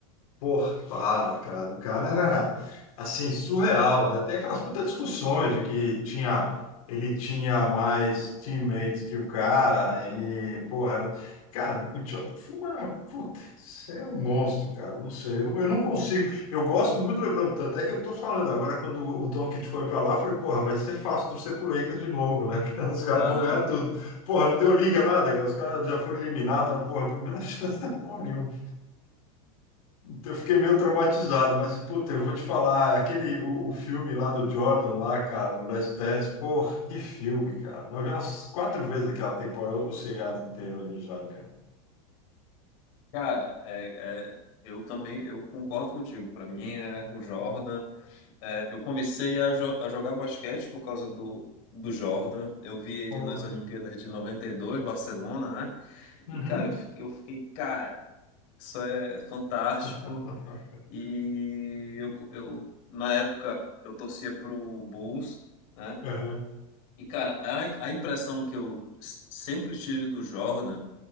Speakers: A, on the left (about 75°); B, on the left (about 60°).
A: Porra, para, cara. O cara era, assim, surreal, né? Tem aquelas putas discussões de que tinha, ele tinha mais teammates que o cara, ele, porra, era... Cara, o Jordan foi uma... Puta, você é um monstro, cara. Não sei, eu não, eu não consigo. Eu gosto muito do LeBron, tanto é que eu tô falando agora, quando o Doncic foi pra lá, eu falei, porra, vai ser fácil torcer pro Lakers de novo, né? <laughs> Os caras
B: Aham.
A: vão ganhar tudo. Porra, não deu liga nada, cara. Os caras já foram eliminados, porra, primeira <laughs> chance da porra nenhuma. Eu fiquei meio traumatizado, mas, puta, eu vou te falar, aquele, o, o filme lá do Jordan, lá, cara, o Last Dance, porra, que filme, cara. Nós vimos umas quatro vezes aquela temporada, o seriado inteiro ali já, cara.
B: Cara, é, é, eu também eu concordo contigo. Para mim é o Jordan. É, eu comecei a, jo- a jogar basquete por causa do, do Jordan. Eu vi ele
A: Porra.
B: nas Olimpíadas de 92, Barcelona, né?
A: Uhum.
B: E, cara, eu fiquei, eu fiquei, cara, isso é fantástico.
A: <laughs>
B: E eu, eu na época, eu torcia pro Bulls, né?
A: Aham.
B: E, cara, a, a impressão que eu s- sempre tive do Jordan